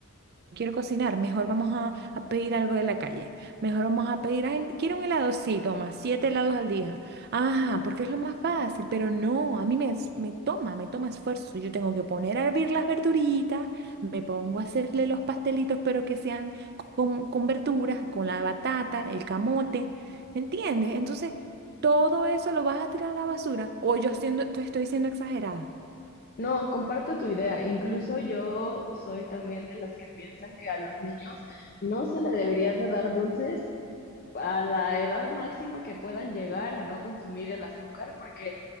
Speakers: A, on the right; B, on the left.
A: quiero cocinar, mejor vamos a, a pedir algo de la calle. Mejor vamos a pedir, "Ay, quiero un helado, sí, toma, siete helados al día. Ah, porque es lo más fácil, pero no, a mí me, es- me toma, me toma esfuerzo. Yo tengo que poner a hervir las verduritas, me pongo a hacerle los pastelitos, pero que sean con, con verduras, con la batata, el camote, ¿me entiendes? Entonces, todo eso lo vas a tirar a la basura, o yo siendo, te estoy siendo exagerada.
B: No, comparto tu idea. Incluso yo soy también de las que piensan que a los niños no se le debería de dar dulces a la edad máxima que puedan llegar a no consumir el azúcar, porque